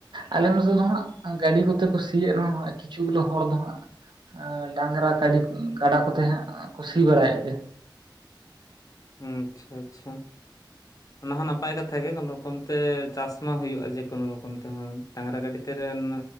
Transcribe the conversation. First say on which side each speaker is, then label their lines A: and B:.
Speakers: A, on the right (about 70°); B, on the left (about 45°).
A: ᱟᱞᱮ ᱱᱚᱛᱮ ᱫᱚ ᱦᱟᱸᱜ ᱜᱟᱹᱰᱤ ᱠᱚᱛᱮ ᱠᱚ ᱥᱤᱭᱮᱫ ᱨᱮᱦᱚᱸ ᱦᱟᱜ ᱠᱤᱪᱷᱩ ᱜᱩᱞᱳ ᱦᱚᱲ ᱫᱚ ᱦᱟᱸᱜ ᱟᱸ ᱰᱟᱝᱨᱟ ᱛᱮ ᱠᱟᱰᱤ ᱠᱟᱰᱟ ᱠᱚᱛᱮ ᱦᱟᱸᱜ ᱠᱩ ᱥᱤ ᱵᱟᱲᱟᱭᱮᱫ ᱜᱮᱭᱟ᱾
B: ᱩᱸ ᱟᱪᱷᱟ ᱟᱪᱷᱟ᱾ ᱚᱱᱟ ᱦᱚᱸ ᱱᱟᱯᱟᱭ ᱠᱟᱛᱷᱟ ᱜᱮ ᱠᱳᱱᱳ ᱨᱚᱠᱚᱢ ᱛᱮ ᱪᱟᱥ ᱢᱟ ᱦᱩᱭᱩᱜᱼᱟ ᱡᱮ ᱠᱳᱱᱳ ᱨᱚᱠᱚᱢ ᱛᱮᱦᱚᱸ ᱰᱟᱝᱨᱟ ᱜᱟᱹᱰᱤ ᱛᱮ ᱨᱮᱱ